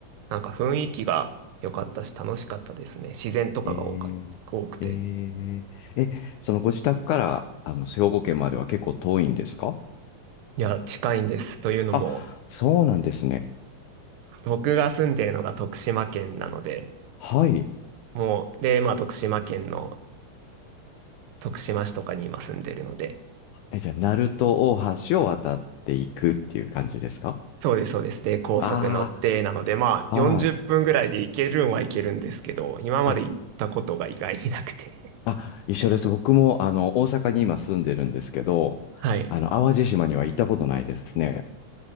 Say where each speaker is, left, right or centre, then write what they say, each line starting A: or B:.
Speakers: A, on the right; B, on the left.
A: なんか雰囲気が良かったし楽しかったですね。自然とかが多か、
B: えー、
A: 多くて。
B: えー、え、そのご自宅から、あの、兵庫県までは結構遠いんですか
A: いや、近いんです。というのも、
B: あ、そうなんですね。
A: 僕が住んでるのが徳島県なので、
B: はい。
A: もう、で、まあ徳島県の徳島市とかに今住んでるので、
B: え、じゃあ、鳴門大橋を渡っていくっていう感じですか
A: そうです、そうです。で、高速乗って、
B: あ
A: なので、まあ、
B: あはい。
A: 40分ぐらいで行けるんは行けるんですけど、今まで行ったことが意外になくて。
B: あ、あ、一緒です。僕も、あの、大阪に今住んでるんですけど、
A: <laughs> はい。
B: あの、淡路島には行ったことないですね。